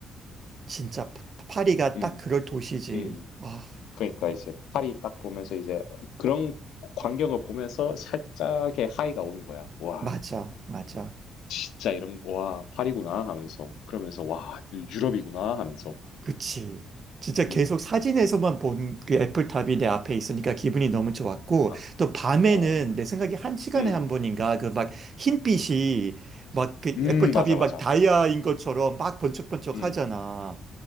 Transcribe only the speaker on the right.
진짜 파- 파리가
딱 그럴 도시지.
아
맞아 맞아
그치. 진짜
계속 사진에서만 본 그 애플탑이 내 앞에
있으니까 기분이 너무 좋았고
또 밤에는
내 생각에 한 시간에
한 번인가 그 막 흰빛이 막 그
애플탑이
막 다이아인 것처럼 막 번쩍번쩍
하잖아.